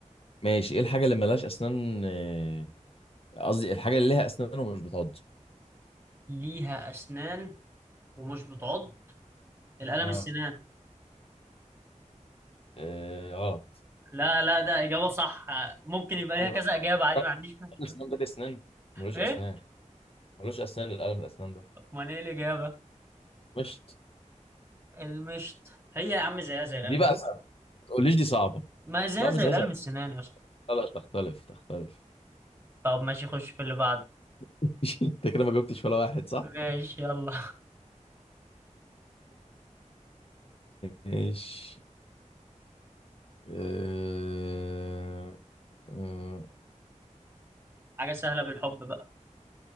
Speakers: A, on the left; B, on the right.
A: ماشي ايه الحاجه اللي ملهاش اسنان آه، قصدي الحاجه اللي ليها اسنان ومش بتعض
B: ليها أسنان ومش بتعض القلم
A: اه
B: السنان
A: آه، غلط
B: لا لا ده إجابة صح ممكن يبقى ليها
A: يا
B: كذا
A: بقى.
B: إجابة عادي ما عنديش
A: الاسنان ده ليه اسنان ملوش
B: إيه؟
A: اسنان ملوش اسنان القلم الاسنان ده
B: أمال إيه الإجابة؟
A: مشت
B: المشط هي يا عم زيها زي الألمس
A: دي بقى صعبة. ما تقوليش دي صعبه
B: ما هي زيها
A: لا
B: زي
A: مش زي
B: الألمس
A: زي
B: سنان يا اسطى
A: لا لا تختلف تختلف
B: طب ماشي خش في اللي بعده
A: <laughs> انت كده ما جبتش ولا واحد صح
B: ماشي يلا
A: ماشي آه، آه،
B: <laughs> حاجة سهلة بالحب بقى